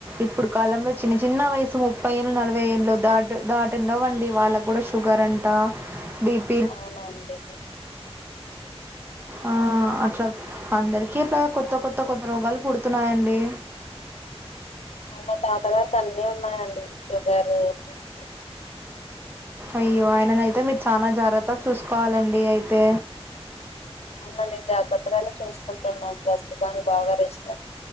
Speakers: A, on the right; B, on the left.
A: ఇప్పుడు కాలంలో చిన్న చిన్న వయసు ముప్పైయేండ్లు నలభైయేండ్లు దాట్ దాటుండవ్వండి వాళ్ళకి కూడ షుగర్ అంట డిబ్
B: అవునండీ
A: ఆఁ అట్ల అందరికిీ అట్లా కొత్త కొత్త రోగాలు పుడుతున్నాయండి.
B: ఆ మా తాత గారికి అన్ని ఉన్నాయండి షుగరు, బీపి
A: అయ్యో ఆయన అయితే మీరు చాలనా జాగ్రత్తగా చూసుకోవాలండి అయితే.
B: అవునండి జాగ్రత్తగానే చూసుకుంటున్నాం. ప్రస్తుతానికి బాగా రెస్ట్